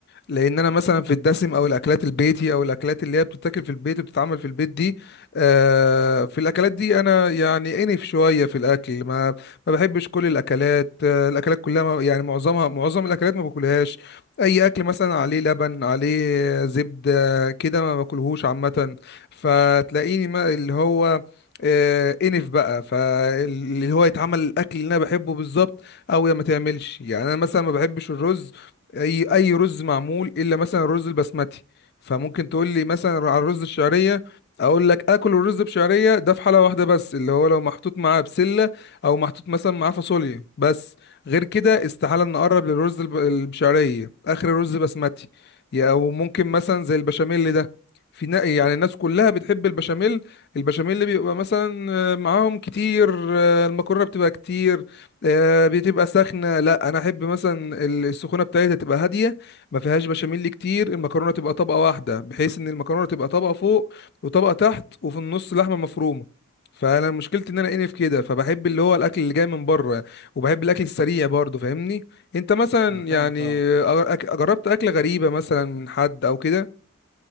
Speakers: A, on the left; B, on the right.
A: لان انا مثلا في الدسم او الاكلات البيتي او الاكلات اللي هي بتتاكل في البيت وبتتعمل في البيت دي آه، في الاكلات دي انا يعني انف شويه في الاكل ما ما بحبش كل الاكلات آه، الاكلات كلها ما- يعني معظمها معظم الاكلات ما باكلهاش اي اكل مثلا عليه لبن عليه زبده كده ما باكلهوش عامه فتلاقيني ما اللي هو آه، انف بقى فاللي هو يتعمل الاكل اللي انا بحبه بالظبط او يا ما تعملش يعني انا مثلا ما بحبش الرز اي اي رز معمول الا مثلا الرز البسمتي فممكن تقول لي مثلا على الرز الشعريه اقول لك اكل الرز بشعريه ده في حاله واحده بس اللي هو لو محطوط معاه بسله او محطوط مثلا معاه فاصوليا بس غير كده استحاله نقرب للرز الب- البشعريه اخر الرز بسمتي يا- او ممكن مثلا زي البشاميل ده في نا- يعني الناس كلها بتحب البشاميل البشاميل اللي بيبقى مثلا آه، معاهم كتير آه، المكرونه بتبقى كتير آه، بتبقى سخنة لا انا احب مثلا ال- السخونة بتاعتها تبقى هادية ما فيهاش بشاميل كتير المكرونة تبقى طبقة واحدة بحيث ان المكرونة تبقى طبقة فوق وطبقة تحت وفي النص لحمة مفرومة فانا مشكلتي ان انا انف كده فبحب اللي هو الاكل اللي جاي من بره وبحب الاكل السريع برضه فاهمني انت مثلا
B: انا فاهمك
A: يعني
B: اه
A: أ- أك- جربت اكلة غريبة مثلا من حد او كده